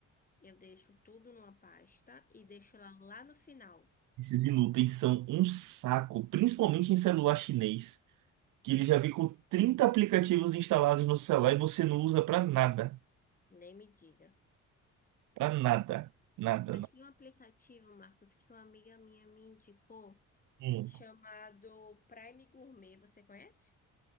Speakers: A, on the left (about 30°); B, on the right (about 85°).
A: Eu deixo tudo numa pasta e deixo lá, lá no final.
B: Esses inúteis são um saco, principalmente em celular chinês, que ele já vem com 30 aplicativos instalados no celular e você não usa pra nada.
A: Nem me diga.
B: Pra nada. Nada,
A: Mas tem um aplicativo, Marcos, que uma amiga minha me indicou.
B: nada.
A: chamado Prime Gourmet, você conhece?